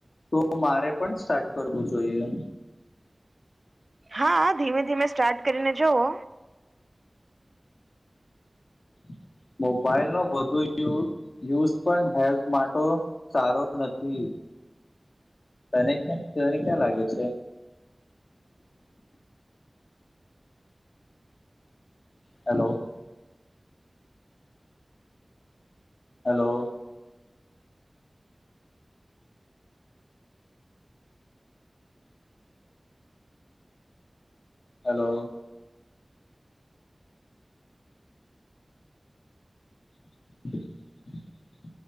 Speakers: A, on the left (about 80°); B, on the right (about 55°).
A: તો મારે પણ સ્ટાર્ટ કરવું જોઈએ.
B: હા ધીમે ધીમે સ્ટાર્ટ કરીને જોવો.
A: <inaudible> મોબાઈલ નો વધુ યુ યુઝ પણ હેલ્થ માટો સારો નથી. તને તને ક્યાં લાગે છે? Hello hello hello. <inaudible>